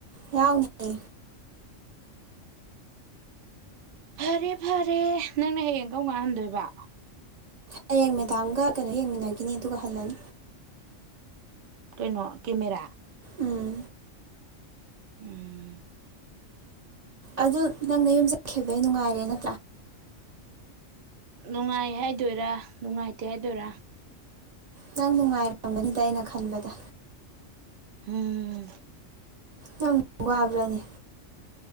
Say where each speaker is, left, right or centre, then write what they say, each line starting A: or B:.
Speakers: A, on the right; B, on the right.
A: ꯌꯥꯎꯅꯤ
B: ꯐꯔꯦ ꯐꯔꯦ ꯅꯪꯅ ꯍꯌꯦꯡ ꯀꯝꯀꯥꯟ ꯍꯟꯗꯣꯏꯕ
A: ꯍꯌꯦꯡ ꯃꯦꯗꯥꯝꯒ ꯀꯩꯅꯣ ꯌꯦꯡꯃꯤꯟꯅꯒꯤꯅꯤ ꯑꯗꯨꯒ ꯍꯜꯂꯅꯤ
B: ꯀꯩꯅꯣ ꯀꯦꯃꯦꯔꯥ
A: ꯎꯝ
B: ꯎꯝ
A: ꯑꯗꯨ ꯅꯪ ꯅꯌꯨꯝ ꯆꯠꯈꯤꯕꯗꯩ ꯅꯨꯡꯉꯥꯏꯔꯦ ꯅꯠꯇ꯭ꯔꯥ
B: ꯅꯨꯡꯉꯥꯏ ꯍꯥꯏꯗꯣꯏꯔꯥ ꯅꯨꯡꯉꯥꯏꯇꯦ ꯍꯥꯏꯗꯣꯏꯔꯥ
A: ꯅꯪ ꯅꯨꯡꯉꯥꯏꯔꯝꯒꯅꯤꯗ ꯑꯩꯅ ꯈꯟꯕꯗ
B: ꯍꯝ
A: ꯅꯪ ꯋꯥꯕ꯭ꯔꯅꯦ